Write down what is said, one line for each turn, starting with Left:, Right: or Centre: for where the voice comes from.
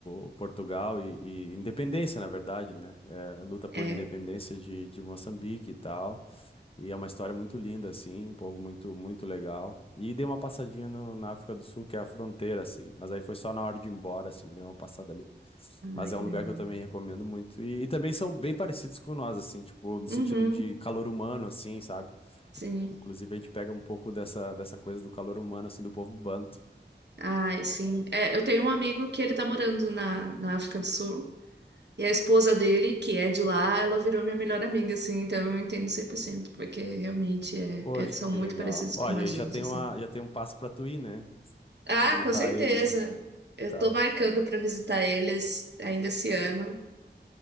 Left: o Portugal e, e independência, na verdade, né, é, a luta por
Right: é.
Left: independência de, de Moçambique e tal, e é uma história muito linda, assim, um povo muito, muito legal. E dei uma passadinha no- na África do Sul, que é a fronteira, assim. Mas aí foi só na hora de ir embora, assim, dei uma passada ali. Mas
Right: Ai,
Left: é
Right: que
Left: um lugar
Right: legal.
Left: que eu também recomendo muito. E, e também são bem parecidos com nós, assim, tipo, no
Right: Uhum,
Left: sentido de calor humano, assim, sabe?
Right: sim.
Left: Inclusive a gente pega um pouco dessa, dessa coisa do calor humano, assim, do povo banto.
Right: Ai, sim. É, eu tenho um amigo que ele tá morando na, na África do Sul. E a esposa dele, que é de lá, ela virou minha melhor amiga, assim, então eu entendo 100% porque realmente é,
Left: Poxa,
Right: é- são
Left: que
Right: muito
Left: legal.
Right: parecidos
Left: Ó,
Right: com
Left: e
Right: a
Left: aí
Right: gente,
Left: já tem
Right: assim.
Left: uma, já tem um passo pra tu ir, né?
Right: Ah,
Left: Visitar
Right: com certeza.
Left: eles
Right: Eu
Left: e tal.
Right: tô marcando pra visitar eles ainda esse ano,